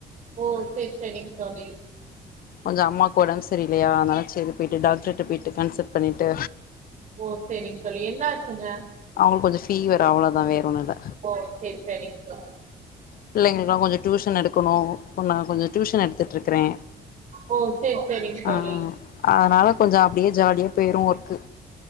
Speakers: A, on the right; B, on the left.
A: ஓ செரி செரிங் தோழி
B: கொஞ்சோ அம்மாக்கு ஒடம்பு சரியில்லையா அதனால செரி போய்ட்டு டாக்டர்ட போயிட்டு கன்சல்ட் பண்ணிட்டு
A: ஓ சேரிங் தோழி என்ன ஆச்சுங்க
B: அவுங்களுக்கு கொஞ்சோ ஃபீவர் அவ்ளோதா வேற ஒன்னுல்ல
A: ஓ செரி செரிங் தோழி
B: பிள்ளைங்களுக்குலா கொஞ்சோ டியூஷன் எடுக்கணு பொன் நா கொஞ்ச டியூஷன் எடுத்துட்டுருக்குறே
A: ஓ சேரி சேரிங் தோழி
B: ஆ அதனால கொஞ்ச அப்டியே ஜாலியா போயிரு வொர்க்கு